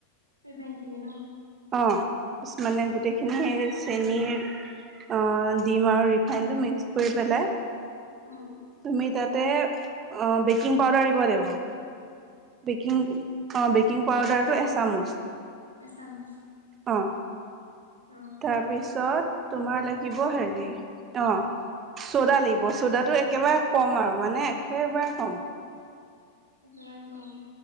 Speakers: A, on the right; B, on the right.
A: ৰিফাইন খিনি ন'?
B: অ' মানে
A: উম,
B: গোটেইখিনি
A: উম,
B: হেৰি চেনীৰ অ' ডিম আৰু ৰিফাইনটো মিক্স কৰি পেলাই
A: উম,
B: তুমি তাতে অ' বেকিং পাউডাৰ দিব লাগিব। বেকিং অ' বেকিং পাউদাৰটো এচামুচ
A: এচামুচ
B: অ'।
A: অ
B: তাৰপিছত তোমাৰ লাগিব হেৰি অ' চ'দা লাগিব। চ'দাটো একেবাৰে কম আৰু মানে একেবাৰে কম।
A: একেবাৰে কম।